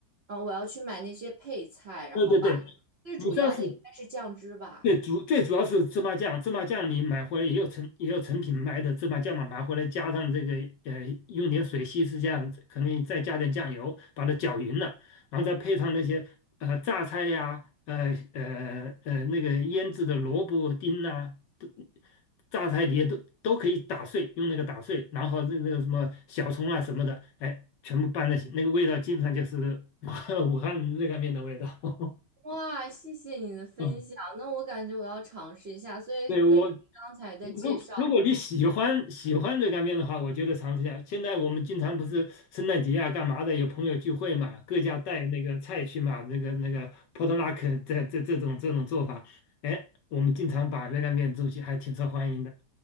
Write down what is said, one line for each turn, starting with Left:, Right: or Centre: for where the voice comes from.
Right: 呃，我要去买那些配菜，然后把
Left: 对对对，
Right: 最主要的应该是酱汁吧。
Left: 你知道是最主最主要是芝麻酱，芝麻酱你买回来也有成也有成品卖的芝麻酱嘛，买回来加上这个呃，用点水稀释下，可能再加点酱油，把它搅匀了，然后再配上那些呃榨菜呀、呃呃呃那个腌制的萝卜丁呐、都榨菜碟都都可以打碎，用那个打碎，然后那个什么小葱啊什么的，哎，全部拌在一起，那个味道基本上就是 <laughs> 武汉热干面的味道。<laughs>
Right: 哇，谢谢你的分享，
Left: 嗯，
Right: 那我感觉我要尝试一下。所以根据刚才的介绍，
Left: 对我如如果你喜欢喜欢热干面的话，我觉得尝试一下。现在我们经常不是圣诞节啊，干嘛的，有朋友聚会嘛，各家带那个菜去嘛，那个那个 p o t l u c 这这这种这种做法，哎，我们经常把热干面做起，还挺受欢迎的。